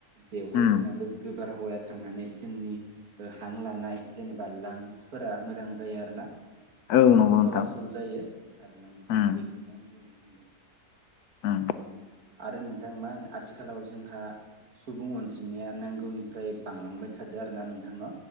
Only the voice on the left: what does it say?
उम
औ नंगौ
नोंथां
उम
उम